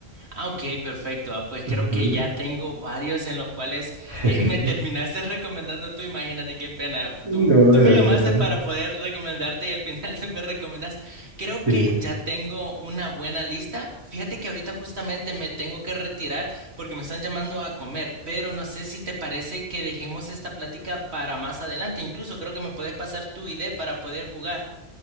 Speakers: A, on the right; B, on the right.
A: Ah, ok, perfecto. Ah, pues
B: Ujú.
A: creo que ya tengo varios en los cuales
B: <laughs>
A: eh, me terminaste recomendando tú. Imagínate qué pena.
B: No,
A: Tú, tú
B: no,
A: me llamaste
B: no, no.
A: para poder recomendarte y al final <laughs> tú me recomendas. Creo
B: Sí.
A: que ya tengo una buena lista. Fíjate que ahorita justamente me tengo que retirar porque me están llamando a comer, pero no sé si te parece que dejemos esta plática para más adelante. Incluso creo que me puedes pasar tu idea para poder jugar.